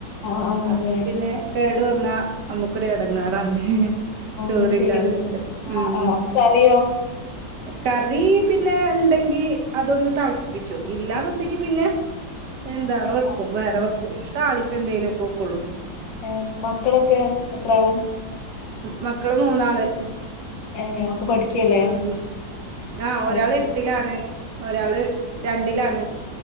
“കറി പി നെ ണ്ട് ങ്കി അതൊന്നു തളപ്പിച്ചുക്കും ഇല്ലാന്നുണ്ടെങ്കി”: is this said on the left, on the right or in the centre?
Right